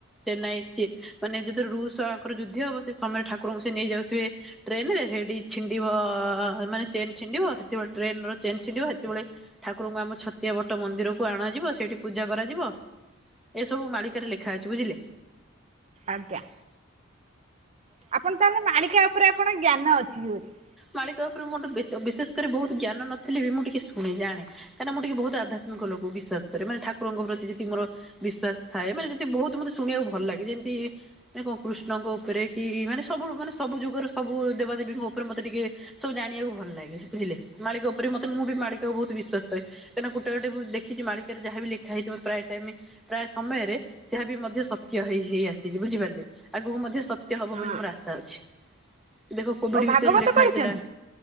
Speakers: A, in the centre; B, on the right (about 35°).
A: ଚେନ୍ନାଇ ମାନେ ଯେତେବେଳେ ରୁଷର ଆଙ୍କର ଯୁଦ୍ଧ ହବ, ସେ ସମୟରେ ଠାକୁରଙ୍କୁ ସେ ନେଇ ଯାଉଥିବେ। ଟ୍ରେନରେ ସେଠି ଛିଣ୍ଡିବ ମାନେ ଚେନ୍ ଛିଣ୍ଡିବ ସେତବେଳେ ଟ୍ରେନ ର ଚେନ୍ ଛିଣ୍ଡିବ ସେତେବେଳେ ଠାକୁରଙ୍କୁ ଆମ ଛତିଆ ବଟ ମନ୍ଦିରକୁ ଅଣାଯିବ। ସେଇଠି ପୂଜା କରାଯିବ। ଏସବୁ ମାଳିକାରେ ଲେଖା ଅଛି ବୁଝିଲେ
B: ଆଜ୍ଞା।
A: ।।
B: ଆପଣ ତାହେଲେ ମାଳିକା ଉପରେ ଆପଣ ଜ୍ଞାନ ଅଛି ଜୋରେ
A: ମାଳିକ ଉପରେ ମୋର ବେଶ ବିଶେଷ କରି ବହୁତ ଜ୍ଞାନ ନଥିଲେ ବି ମୁଁ ଟିକେ ଶୁଣି ଜାଣେ। କାହିଁକନା ମୁଁ ଟିକେ ବହୁତ ଆଧ୍ୟାତ୍ମିକ ଲୋକ ବିଶ୍ୱାସ କରେ ମାନେ ଥାକୁରଙ୍କ ପ୍ରତିଯେତେ ମୋର ବିଶ୍ଵାସ ଥାଏ ମାନେ ଯଦି ବହୁତ ମତେ ଶୁଣିବାକୁ ଭଲ ଲାଗେ ଯେମତି ନା କଣ କୃଷ୍ଣଙ୍କ ଉପରେ କି ମାନେ ସବୁ ମାନେ ସବୁ ଯୁଗରେ ସବୁ ଦେବାଦେବୀଙ୍କ ଉପରେ ମତେ ଟିକେ ସବୁ ଜାଣିବାକୁ ଭଲ ଲାଗେ ବୁଝିଲେ ମାଳିକା ଉପରେ ମତେ ମୁଁ ବି ମାଳିକାକୁ ବହୁତ ବିଶ୍ୱାସ କରେ। କାହିଁକନା ଗୋଟେ ଗୋଟେ ଦେଖିଛି ମାଳିକାରେ ଯାହା ବି ଲେଖାହେଇଥିବ ପ୍ରାୟ ଟାଇମ୍। ପ୍ରାୟ ସମୟରେ ସେହା ବି ମଧ୍ୟ ସତ୍ୟ ହେଇ ହେଇ ଆସିଛି ବୁଝିପାରିଲେ ଆଗକୁ ମଧ୍ୟ ସତ୍। ଏମିତି ହବ
B: ହଁ
A: ବୋଲି ମୋର ଆଶା ଅଛି ଦେଖ କୋଭିଡ
B: ଓ ଭାଗବତ
A: ବିଷୟରେ ବି ଲେଖା
B: ପଢିଛନ୍ତି?
A: ହେଇଥିଲା।